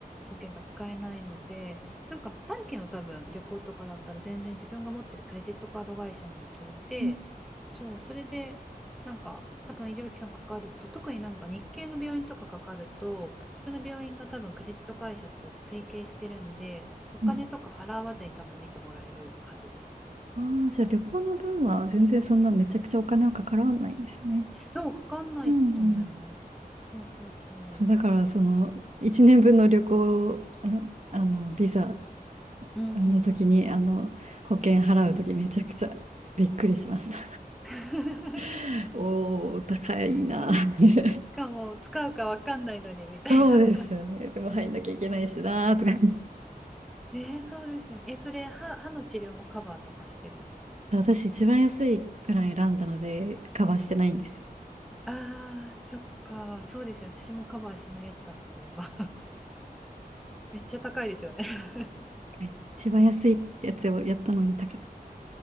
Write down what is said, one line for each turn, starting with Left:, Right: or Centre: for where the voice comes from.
Centre: 保険が使えないので、なんか短期の多分旅行とかだったら全然自分が持ってるクレジットカード会社に聞いて、
Right: うん、
Centre: そう、それでなんか多分医療機関かかると、特になんか日系の病院とかかかると、その病院が多分クレジット会社と提携してるんで、お金とか払わずに多分見てもらえるはずです。
Right: うん。ああ、じゃあ旅行の分は全然そんなめちゃくちゃお金はかからないんですね。
Centre: そう、かかんないと思います。
Right: うんうん
Centre: そうそうそ
Right: そう、だからその1年分の旅行、あ、あのビザ
Centre: う。うー
Right: あの時にあの保険払う時めちゃくちゃびっくりしました。
Centre: ん。<laughs>
Right: <laughs> おお、高いな。
Centre: そう
Right: <laughs>
Centre: かも使うかわかんないのにみたいな。
Right: そうですよね。でも入んなきゃいけないしなとか。
Centre: <laughs> えー、そうですよね。え、それ歯、歯の治療もカバーとかしてるやつ。
Right: <laughs> 私一番安いプラン選んだのでカバーしてないんです。
Centre: ああ、そっか。そうですよね。私もカバーしないやつだった、それは。<laughs> めっちゃ高いですよね。<laughs>
Right: はい一番安いやつをやったのに高い。